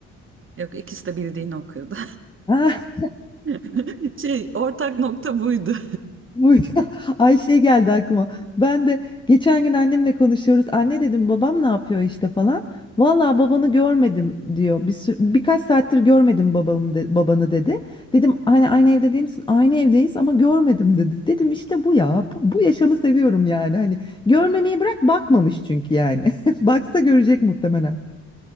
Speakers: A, on the right (about 40°); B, on the left (about 15°).
A: Yok ikisi de bildiğini okuyordu.
B: Ha
A: <laughs> Şey ortak nokta buydu.
B: Bu <laughs> Ay şey geldi aklıma. Ben de geçen gün annemle konuşuyoruz. Anne dedim babam ne yapıyor işte falan. Valla babanı görmedim diyor. Bir sü- birkaç saattir görmedim babamı de- babanı dedi. Dedim hani aynı evde değil misin? Aynı evdeyiz ama görmedim dedi. Dedim işte bu ya. Bu, bu yaşamı seviyorum yani. Hani görmemeyi bırak bakmamış çünkü yani. <laughs> Baksa görecek muhtemelen.